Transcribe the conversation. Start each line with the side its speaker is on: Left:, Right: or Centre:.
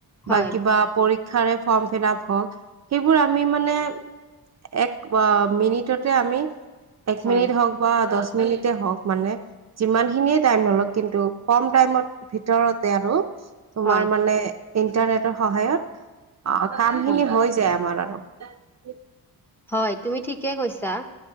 Centre: হয়
Right: বা কিবা পৰী শিক্ষাৰে ফৰ্ম ফিলাপ হওঁক, সেইবোৰ আমি মানে এক অ মিনিটতে আমি এক
Centre: হয়
Right: মিনিট হওক বা দচ মিনিটতে হওক মানে যিমানখিনিয়ে টাইম নলও কিন্তু কম টাইমৰ ভিতৰতে আৰু। তোমাৰ
Centre: হয়
Right: মানে ইণ্টাৰনেটৰ সহায়ত। অ কামখিনি
Centre: হয়
Right: হৈ যায় আমাৰৰ। <unintelligible>
Centre: হয়। তুমি ঠিকে কৈছা,